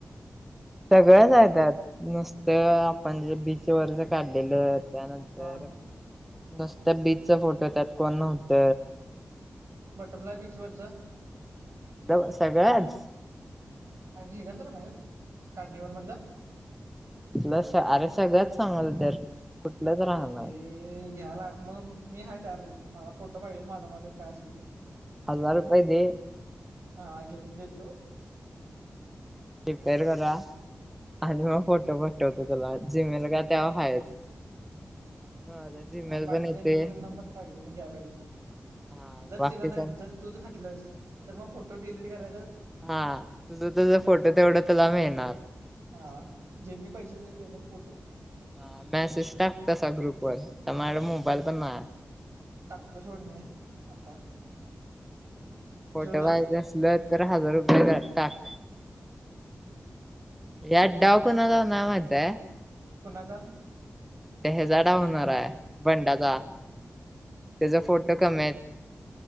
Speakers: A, in the centre; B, on the right.
A: सगळंच हाय त्यात नुसतं आपण जे बीच वरच काढलेलं त्यानंतर
B: हा
A: नुसत बीच फोटो त्यात कोण नव्हत
B: बटरफ्लाय बीचवरच
A: लव सगळंच
B: बाकी हेच्यातल पण हाय कार्निवल मधल.
A: इथलं अरे सगळंच सांगलोय तर कुठलंच राहणार
B: अरे घ्याला मग मी हा <unintelligible> मला फोटो पाहिजे माझं माझं काय असेल ते.
A: हजार रुपये दे
B: हा घेत देतो.
A: रिपेर करूया आणि मग फोटो पाटवतो तुला जिमेल काय त्याव हायच माझा जीमेल
B: आणि बाकीच्याच
A: पण येते
B: आपण पाहिजे घ्या पाहिजेत मग
A: हा
B: जर
A: बाकीच्या
B: दिल नाइ जर तूच घातलस तर मग पू डिलीट करायचत
A: हा तुझ तुझ फोटो तेवढं तूला मिळणार.
B: हा ज्यांनी पैसे दिले त्यांना फोटो.
A: हा मेसेज टाक तसा ग्रुप वर आता माझ्याकड मोबाईल पण नाया.
B: टाकतो सोड मी आता.
A: फोट
B: जेवलस
A: पाहिजे असल तर हजार रुपये <unintelligible> टाक यात डाव कुणाचा <unintelligible> माहित्याय
B: कुणाचा.
A: त्या हेजा डाव हुणार हाय बंडाचा तेज फोटो कमी हायत.